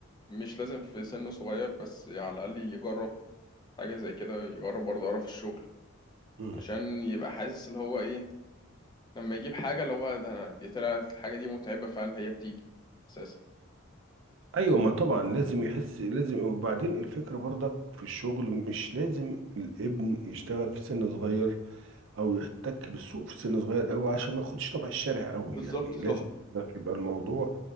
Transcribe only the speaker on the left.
مش لازم في سن صغير بس على الاقل يجرب حاجه زي كده يجرب برضه قرف الشغل
عشان يبقى حاسس اللي هو ايه لما يجيب حاجة اللي هو ده أنا دي طلعت الحاجة دي متعبة فعلا هي بتيجي أساسا
بالظبط
صح